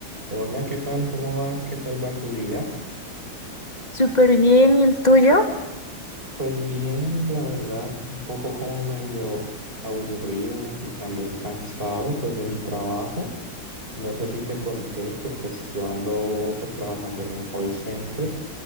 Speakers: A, on the right (about 25°); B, on the left (about 20°).
A: Hola, ¿qué tal? ¿Cómo vas? ¿Qué tal va tu día?
B: Súper bien, ¿y el tuyo?
A: Pues bien, la verdad, un poco como medio aburrido y también cansado pues de mi trabajo. No sé si te conté que pues yo ando pues trabajando en un call center.